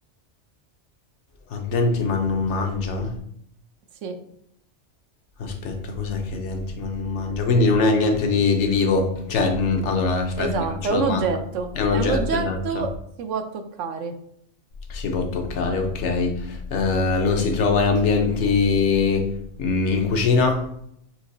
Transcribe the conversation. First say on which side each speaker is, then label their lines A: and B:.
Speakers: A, on the left (about 70°); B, on the right (about 85°).
A: Ha denti ma non mangia?
B: Sì,
A: Aspetta, cos'è che è denti ma non mangia? Quindi non è niente di, di vivo. Cioè, mh, allora, aspetta,
B: esatto,
A: ti faccio
B: è un
A: la domanda.
B: oggetto.
A: È un oggetto,
B: È un oggetto,
A: esatto.
B: si può toccare.
A: Si può toccare, ok. Eh, lo si trova in ambienti mh, in cucina?